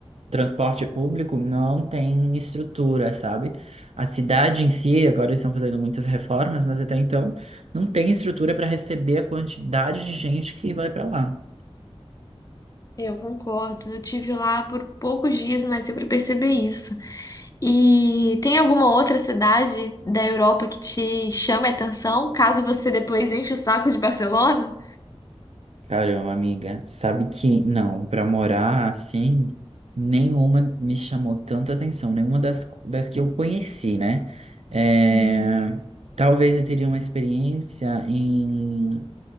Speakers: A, on the right (about 75°); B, on the left (about 35°).
A: Transporte público não tem estrutura, sabe? A cidade em si, agora eles estão fazendo muitas reformas, mas até então não tem estrutura para receber a quantidade de gente que vai para lá.
B: Eu concordo. Eu tive lá por poucos dias, mas deu pra perceber isso. E tem alguma outra cidade da Europa que te chame a atenção, caso você depois enche o saco de Barcelona?
A: Caramba, amiga, sabe que não, para morar assim, nenhuma me chamou tanta atenção, nenhuma das, das que eu conheci, né? É,
B: Uhum.
A: Talvez eu teria uma experiência em